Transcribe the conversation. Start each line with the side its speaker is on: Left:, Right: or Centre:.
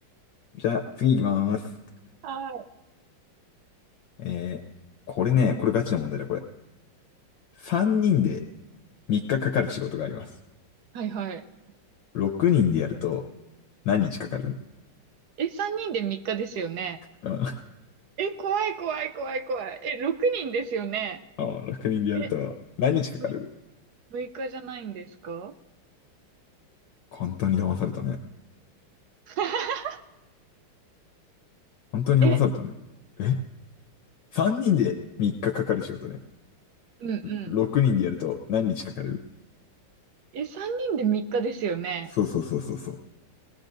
Left: じゃあ、次行きまーす。
Right: はい。
Left: えー、これね、これガチな問題だ、これ。3人で3日かかかる仕事があります。
Right: はいはい。
Left: 6人でやると、何日かかる
Right: え、3人で3日ですよね。
Left: うん。<laughs>
Right: え、怖い怖い怖い怖い。え、6人ですよね。
Left: あ6人でやると、
Right: え、
Left: 何日かかる
Right: 6、日じゃないんですか
Left: 本当に騙されたね。
Right: <laughs>
Left: 本当に騙されたね。
Right: え、
Left: え ?3 人で3日かかかる仕事ね。
Right: うんうん。
Left: 6人でやると何日かかる
Right: え、3人で3日ですよね。
Left: そうそうそうそうそう。